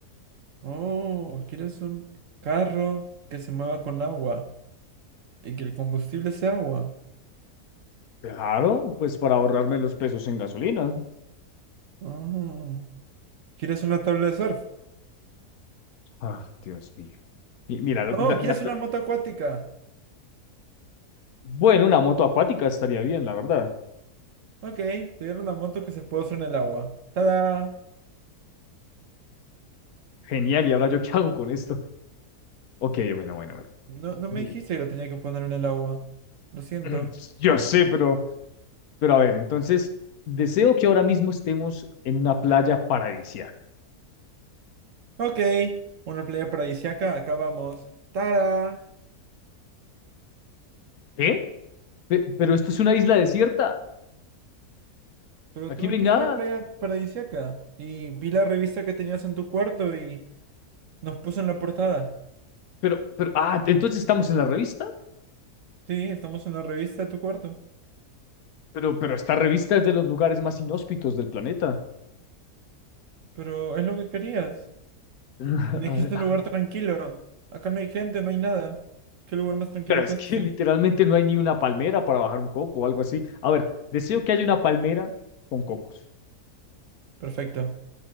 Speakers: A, on the right; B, on the left.
A: Oh, quieres un carro que se mueva con agua y que el combustible sea agua.
B: Claro, pues para ahorrarme los pesos en gasolina.
A: Oh, ¿quieres una tabla de surf?
B: Ah, Dios mío. Mi- Mira, la,
A: Oh,
B: la-
A: ¿quieres
B: la-
A: una moto acuática?
B: Bueno, una moto acuática estaría bien, la verdad.
A: Ok, te dieron una moto que se puede usar en el agua. ¡Tada!
B: Genial, ¿y ahora yo qué hago con esto? Ok, bueno, bueno, bueno.
A: No, no
B: Bien.
A: me dijiste que lo tenía que poner en el agua. Lo siento.
B: <clears throat> Yo sé, pero, pero a ver, entonces, deseo que ahora mismo estemos en una playa paradisíaca.
A: Ok, una playa paradisíaca. acá vamos. ¡Tada!
B: ¿Eh? Pe- pero esto es una isla desierta.
A: Pero
B: Aquí
A: tú me
B: no
A: pediste
B: hay nada.
A: una playa paradisíaca y vi la revista que tenías en tu cuarto y... Nos puso en la portada.
B: Pero, pero, ah, entonces estamos en la revista.
A: Sí, estamos en la revista de tu cuarto.
B: Pero, pero esta revista es de los lugares más inhóspitos del planeta.
A: Pero es lo que querías.
B: <laughs>
A: Me dijiste un lugar tranquilo. Acá no hay gente, no hay nada. ¿Qué lugar más tranquilo
B: Pero es
A: que este?
B: que literalmente no hay ni una palmera para bajar un coco o algo así. A ver, deseo que haya una palmera con cocos.
A: Perfecto.